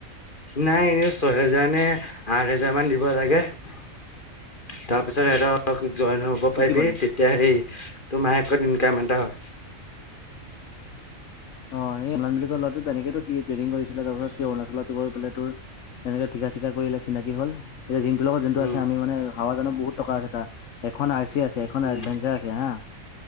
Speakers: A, on the left; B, on the left.
A: নাই এনে ছয়হেজাৰ নে আঠ হেজাৰ মান দিব লাগে৷ তাৰপিছত <unintelligible> জইন হ'ব
B: শিকিবলে
A: পাৰিবি তেতিয়া সেই তো মাহকেত ইনকাম এটা হয়৷
B: অ', এ অনল বোলা ল'ৰাটো তেনেকটো সি ট্ৰেডিং কৰিছিলে সি তাৰ পিছত সি অৰুণাচলত গৈ পেলাই তোৰ তেনেকে ঠিক ঠিকা চিকা কৰিলে চিনাকি হ'ল৷ এতিয়া জিন্তুৰ লগত যোনটো আছে
A: উম
B: আমি মানে হাৱাজানৰ বহুত টকা আছে তাৰ এখন আৰ চি আছ ছে এখন
A: উম
B: এডভেঞ্চাৰ আছে হা।